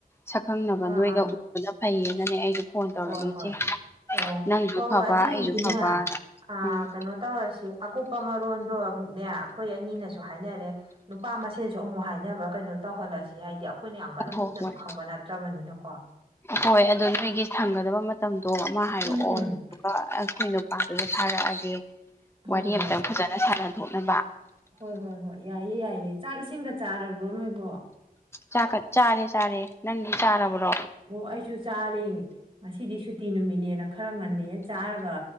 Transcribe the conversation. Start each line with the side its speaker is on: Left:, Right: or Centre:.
Left: ꯁꯛꯈꯪꯅꯕ
Right: ꯑꯥ
Left: ꯅꯣꯏꯒ
Right: ꯑꯥ
Left: ꯎꯕꯅ ꯐꯩꯌꯦꯅꯅꯦ ꯑꯩꯁꯨ ꯐꯣꯟ ꯇꯧꯔꯛꯏꯁꯦ
Right: ꯍꯣꯏ ꯍꯣꯏ ꯑꯣ ꯍꯣꯏ
Left: ꯅꯪꯁꯨ ꯐꯕ
Right: ꯍꯣꯏ ꯑꯗꯨꯏꯗꯤꯅꯦ
Left: ꯑꯩꯁꯨ ꯐꯕꯅ
Right: ꯑ
Left: ꯎꯝ
Right: ꯀꯩꯅꯣ ꯇꯧꯔꯁꯤ ꯑꯀꯨꯞꯄ ꯃꯔꯣꯟꯗꯣ ꯑꯃꯨꯛꯅꯦ ꯑꯩꯈꯣꯏ ꯑꯅꯤꯅꯁꯨ ꯍꯥꯏꯅꯔꯦ ꯅꯨꯄꯥ ꯃꯁꯦꯟꯁꯨ ꯑꯃꯨꯛ ꯍꯥꯏꯅꯕ ꯀꯩꯅꯣ ꯇꯧꯍꯜꯂꯁꯦ ꯍꯥꯏꯗꯤ ꯑꯩꯈꯣꯏꯅ ꯌꯥꯝ ꯀꯟꯅ
Left: ꯍꯣ
Right: ꯀꯨꯞꯅꯁꯨ
Left: ꯍꯣꯏ
Right: ꯈꯪꯕ ꯅꯠꯇ꯭ꯔꯕꯅꯤꯅꯀꯣ
Left: ꯍꯣꯏ ꯑꯗꯣ ꯅꯣꯏꯒꯤ ꯁꯪꯒꯗꯕ ꯃꯇꯝꯗꯣ ꯑꯃ ꯍꯥꯏꯔꯛꯑꯣ
Right: ꯎꯝ ꯎꯝ
Left: ꯑꯗꯨ ꯑꯩꯈꯣꯏ ꯅꯨꯄꯥꯗꯨꯁꯨ ꯊꯥꯔꯛꯑꯒꯦ
Right: ꯍꯣꯏ
Left: ꯋꯥꯔꯤ
Right: ꯍꯣꯏ
Left: ꯑꯝꯇꯪ
Right: ꯍꯣꯏ
Left: ꯐꯖꯅ ꯁꯥꯟꯅꯊꯣꯛꯅꯕ
Right: ꯍꯣꯏ ꯍꯣꯏ ꯍꯣꯏ ꯌꯥꯏꯌꯦ ꯌꯥꯏꯌꯦ ꯆꯥꯛ ꯏꯁꯤꯡꯒ ꯆꯥꯔꯕ꯭ꯔꯣ ꯅꯣꯏꯕꯣ
Left: ꯆꯥꯛꯀ ꯆꯥꯔꯦ ꯆꯥꯔꯦ ꯅꯪꯗꯤ ꯆꯥꯔꯕ꯭ꯔꯣ
Right: ꯑꯣ ꯑꯩꯁꯨ ꯆꯥꯔꯦ ꯉꯁꯤꯗꯤ ꯁꯨꯇꯤ ꯅꯨꯃꯤꯠꯅꯦꯅ ꯈꯔ ꯉꯟꯅ ꯍꯦꯛ ꯆꯥꯔꯒ